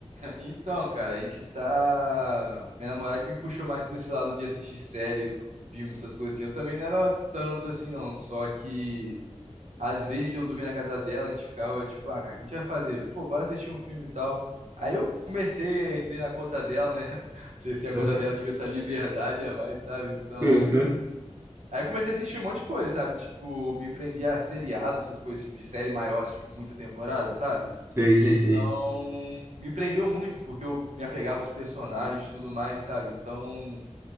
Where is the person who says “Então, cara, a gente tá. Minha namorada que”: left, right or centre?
Right